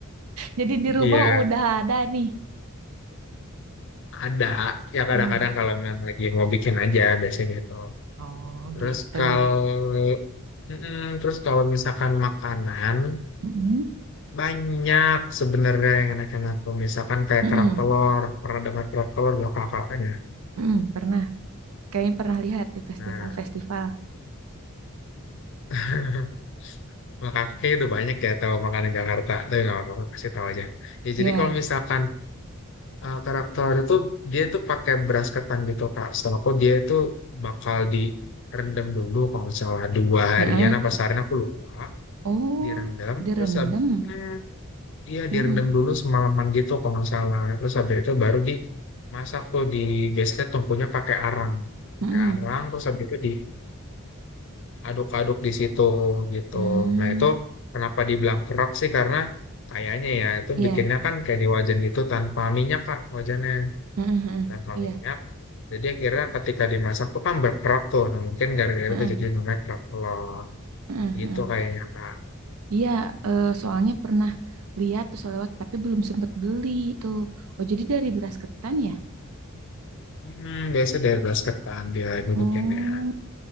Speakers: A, on the right; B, on the left.
A: Jadi di rumah
B: Iya,
A: udah ada nih.
B: ada ya kadang-kadang
A: Hmm.
B: kalau memang lagi mau bikin aja biasanya gitu.
A: Oh,
B: Terus
A: gitu.
B: kalau mm-mm. terus kalau misalkan makanan
A: Mm-mm,
B: banyak sebenarnya yang enak-enak tuh misalkan kayak
A: mm-mm,
B: kerak telur, pernah dengar kerak telur gak kakaknya?
A: mm-mm. Pernah. Kayaknya pernah lihat di festival-festival.
B: Nah, <laughs> Makanya kayaknya udah banyak ya tahu makanan Jakarta. Tapi nggak apa-apa, kasih tahu aja. Ya
A: Ya.
B: jadi kalau misalkan eh, karakter itu dia tuh pakai beras ketan gitu Kak. Setelah aku dia itu bakal direndam dulu kalau nggak salah dua harian
A: Heeh.
B: apa seharian aku lupa.
A: Oh,
B: Direndam
A: direndam.
B: terus habis itu hmm, iya
A: Mm-mm.
B: direndam dulu semalaman gitu kalau nggak salah. Terus habis itu baru dimasak tuh di biasanya tungkunya pakai arang. Pakai
A: Mm-mm.
B: arang terus habis itu di aduk-aduk di situ gitu.
A: Mm,
B: Nah itu kenapa dibilang kerak sih karena kayaknya ya itu
A: Iya.
B: bikinnya kan kayak di wajan gitu tanpa minyak Kak wajannya
A: Mm-mm, mm-mm.
B: tanpa
A: Iya.
B: minyak. Jadi akhirnya ketika dimasak tuh kan berkerak tuh. Nah mungkin gara-gara
A: Mm-mm,
B: itu jadi namanya kerak telur
A: mm-mm,
B: gitu
A: mm-mm.
B: kayaknya Kak.
A: Iya, eh, soalnya pernah lihat tuh selewat tapi belum sempat beli tuh. Oh, jadi dari beras ketan ya?
B: Hmm, biasa dari basket kan dia dudukinnya.
A: Hmm.